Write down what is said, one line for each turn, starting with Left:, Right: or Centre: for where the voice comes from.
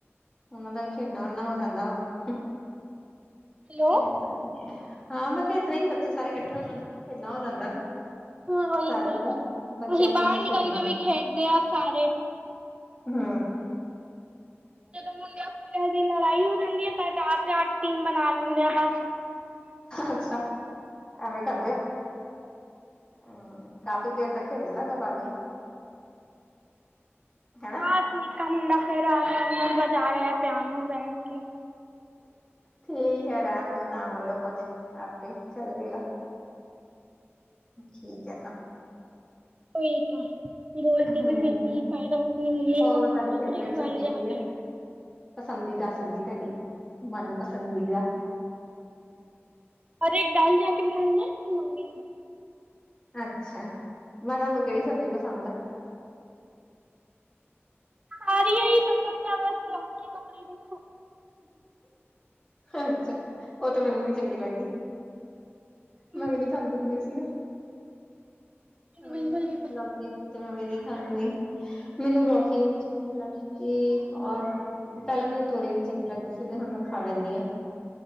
Left: ਉਹਨਾਂ ਦਾ ਵੀ ਖੇਡਣਾ-ਖੁਡਣਾ ਹੋ ਜਾਂਦਾ ਵਾ।
Right: ਹੈਲੋ
Left: ਏਹ ਤਾ ਐ। ਹਾਂ ਮੈਂ ਕਿਹਾ, ਐ ਤਰ੍ਹਾਂ ਹੀ ਬੱਚੇ ਸਾਰੇ ਇਕੱਠੇ ਹੋ ਜਾਂਦੇ, ਖੇਲਣਾ ਹੋ ਜਾਂਦਾ
Right: ਹਮ ਉਹੀ
Left: ਸਾਰਿਆਂ
Right: ਤੇ,
Left: ਦਾ ਬੱਚਿਆਂ
Right: ਅਸੀਂ
Left: ਨੂੰ
Right: ਬਾਹਰ
Left: ਬਸ
Right: ਨਿਕਲ
Left: ਖੇਡਣਾ
Right: ਕੇ ਵੀ ਖੇਡਦੇ ਆ ਸਾਰੇ
Left: ਹਮ।
Right: ਜਦੋਂ ਮੁੰਡਿਆਂ ਕੁੜਿਆਂ ਦੀ ਲੜਾਈ ਹੋ ਜਾਂਦੀ ਹੈ। ਤਾਂ ਅਡ ਅਡ ਟੀਮ ਬਣਾ ਲੈਂਦੇ ਆ ਬਸ।
Left: ਅੱਛਾ। ਐਵੇਂ ਕਰਦੇ। ਹਮ ਕਾਫ਼ੀ ਦੇਰ ਤਕ ਹਿੱਲ ਲੈਂ ਦਬਾ ਦੀ। ਹੈਨਾ
Right: ਆਹ ਨਿੱਕਾ ਮੁੰਡਾ ਫਿਰ ਆ ਗਿਆ। ਅੰਦਰ ਬਜਾ ਰਿਹਾ ਪਿਆਨੋ ਬਹਿ ਕੇ।
Left: ਠੀਕ ਐ। ਰਹਿਣ ਦੋ, ਨਾ ਬੋਲੋ ਕੁਛ, ਆਪੇ ਚੱਲ ਜਏਗਾ। ਠੀਕ ਐ ਨਾ।
Right: ਉਈ ਤਾਂ, ਬੋਲ ਕੇ
Left: ਹੂੰ,
Right: ਵੀ ਫਿਰ ਕੀ ਫੈਦਾ, ਆਪਣੀ ਮੰਮੀ
Left: ਹੋਰ
Right: ਨੂੰ ਪਸੰਦ
Left: ਤੁਹਾਡੀ
Right: ਨੀ
Left: ਫੇਵਰੇਟ
Right: ਕਰੇਗੀ ਮੋਬਾਈਲ
Left: ਸਬਜ਼ੀ
Right: ਲਿਆ
Left: ਕੀ ਹੈ?
Right: ਕੇ
Left: ਪਸੰਦੀਦਾ ਸਬਜ਼ੀ ਤੁਹਾਡੀ। ਮਨ ਪਸੰਦੀ ਦਾ।
Right: ਔਰ ਇੱਕ ਗੱਲ ਜਾ ਕੇ ਬਠਾਉਂਦਾ ਮੰਮੀ।
Left: ਅੱਛਾ। ਮੈਂ ਕਿਆ, ਤੁਹਾਨੂੰ ਕਿਹੜੀ ਸਬਜ਼ੀ ਪਸੰਦ ਆ।
Right: ਹਰੀਆ ਹੀ ਪਸੰਦ ਆ, ਬਸ ਲੋਕੀ ਤੋੜਰੀ ਨੀ।
Left: ਅੱਛਾ। ਉਹ ਤੇ ਮੈਨੂੰ ਵੀ ਨੀ ਚੰਗੀ ਲੱਗਦੀ। ਮੈਂ
Right: ਮੈਨੂੰ
Left: ਵੀ ਨੀ ਖਾਂਦੀ ਹੁੰਦੀ ਸੀ ਆ। ਹਾਂ,
Right: ਬਿਲਕੁਲ ਨਹੀਂ ਪਸੰਦ
Left: ਲੋਕੀ ਕਿਤੇ ਮੈਂ ਵੀ ਨਹੀਂ ਖਾਣੀ। ਮੈਨੂੰ ਲੋਕੀ ਵੀ ਨੀ ਚੰਗੀ ਲੱਗਦੀ ਸੀ। ਔਰ ਪਹਿਲਾਂ ਮੈਨੂੰ ਤੋਰੀਆ ਵੀ ਚੰਗ ਲੱਗਦੀ ਸੀ। ਤੇ ਹੁਣ ਮੈਂ ਖਾ ਲੈਂਦੀ ਆਂ।